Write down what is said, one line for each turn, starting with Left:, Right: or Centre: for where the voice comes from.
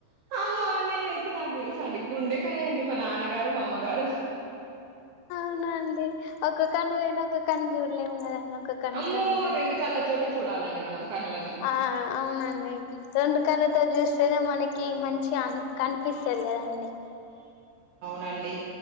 Right: అమ్మా నేనయితే నాకు తెలుసా అండి గుండెకాయ అండి మా నాన్నగారు మా అమ్మగారు
Left: ఔనా అండి ఒక కన్ను పోయినా ఒక కన్ను చూడలేం కదండి ఒక కన్నతోని
Right: అమ్మో రెండు కళ్ళతోటే చూడాలండి మనం కళ్ళని
Left: ఆ అవునండి రెండు కళ్ళతో చూస్ తేనా మనకి మంచి అన్ కనిపిస్తది కదండి
Right: నండి